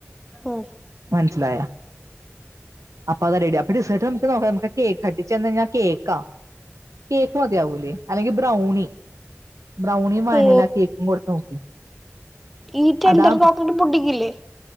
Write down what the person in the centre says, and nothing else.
ഓ
ഓ
ഈ ടെൻഡർ
കോക്കനട്ട് പുഡ്ഡിങ്ങില്ലേ